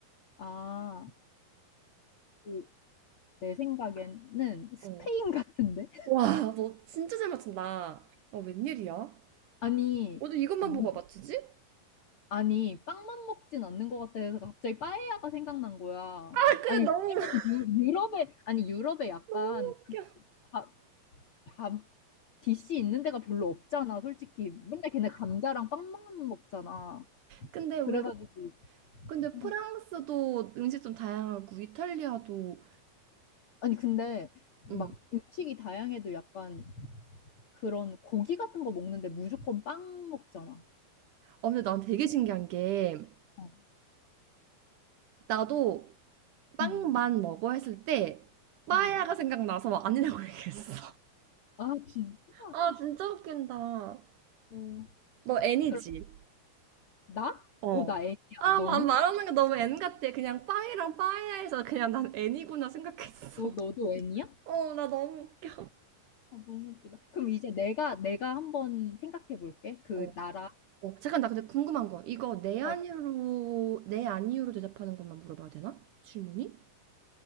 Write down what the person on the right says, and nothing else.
어.
와, 너 진짜 잘 맞춘다. 어, 웬일이야?
어제 이것만
보고 맞추지?
아, 근데
너무 <laughs>
너무 웃겨.
근데 왜
근데
프랑스도 음식 좀 다양하고 이탈리아도
음.
어, 근데 난 되게 신기한 게
나도 빵만
먹어 했을 때 빠에야가
생각나서 아니라고 <laughs> 얘기했어.
아, 진짜 웃긴다.
너 애니지?
어.
아,
마- 말하는 게 너무 N 같아. 그냥 빵이랑 빵이야에서 그냥 난 N이구나 생각했어.
<laughs>
어, 나 너무 웃겨.
어,
어, 잠깐, 나 근데 궁금한 거. 이거 내 아니요로,
내 아니요로 대답하는 것만 물어봐도 되나? 질문이?